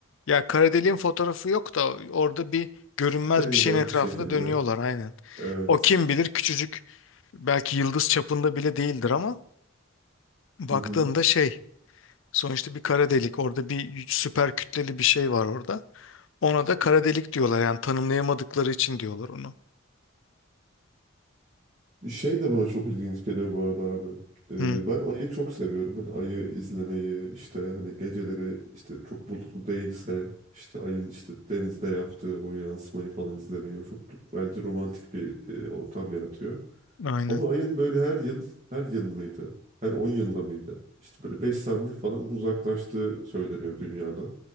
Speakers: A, on the left; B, on the right.
A: Ya kara deliğin fotoğrafı yok da orada bir görünmez
B: İşte benzer
A: bir şeyin etrafında
B: bir şekilde.
A: dönüyorlar aynen.
B: Evet.
A: O kim bilir küçücük belki yıldız çapında bile değildir ama baktığında
B: Hı hı.
A: şey sonuçta bir kara delik orada bir süper kütleli bir şey var orada. Ona da kara delik diyorlar yani tanımlayamadıkları için diyorlar onu.
B: Şey de bana çok ilginç geliyor bu arada abi. Ee,
A: Hı,
B: ben ayı çok seviyorum. Hani ayı izlemeyi işte hani geceleri işte çok bulutlu değilse işte ayın işte denizde yaptığı o yansımayı falan izlemeyi o çok bence romantik bir e, ortam yaratıyor.
A: aynen.
B: Ama ayın böyle her yıl her yıl mıydı? Her 10 yılda mıydı? İşte böyle 5 santim falan uzaklaştığı söyleniyor dünyadan.